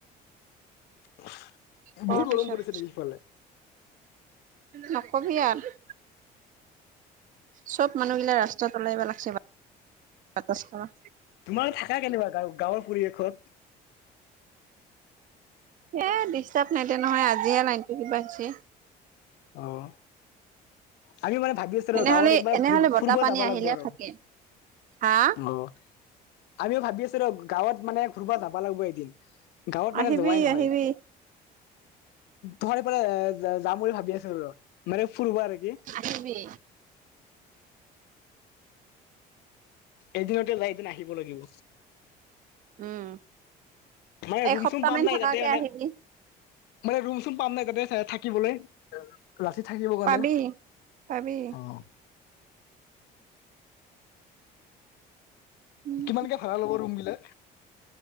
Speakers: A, on the left (about 75°); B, on the right (about 50°).
A: বহুত
B: কৰ পিছত
A: গৰম পৰিছে নেকি সিফালে?
B: নকবি আৰু! চব মানুহবিলাক ৰাস্তাত ওলাই আহিবা লাগছে বাত খ
A: তোমাৰ থাকা কেনেকুৱা গ গাঁৱৰ পৰিৱেশত?
B: সেই ডিষ্টাৰ্ব নাই তে নহয় আজিয়ে লাইনটো কিবা হৈছে।
A: অঁ! আমি মানে ভাবি আছো
B: এনেহলে
A: ৰ গাঁৱত একবাৰ
B: এনেহলে
A: ফুৰি
B: বতাহ
A: ফুৰিব
B: পানী
A: যাব
B: আহিলে
A: লাগিব আৰু।
B: থাকে হা
A: অঁ আমিওঁ ভাবি আছো ৰ গাঁৱত মানে ফুৰিব যাব লাগিব এদিন গাঁৱত
B: আহিবি
A: মানে যোৱাই নহয়।
B: আহিবি
A: তোমাৰ পৰে যাম বুলি ভাবি আছো ৰ মানে। ফুৰিব আৰু কি?
B: আহিবি
A: এদিনতে যাই এদিন আহিব লাগিব।
B: উম।
A: মই
B: এসপ্তাহ
A: ৰুম চুম পাম
B: মান
A: নাই
B: থকাকে
A: তাতে মানে।
B: আহিবি
A: মানে ৰুম চুম পাম নাই তাতে থাকিবলৈ? ৰাতি থাকিব কাৰণে
B: পাবি পাবি
A: অঁ
B: উম
A: কিমানকে ভাড়া ল'ব ৰুম বিলাক?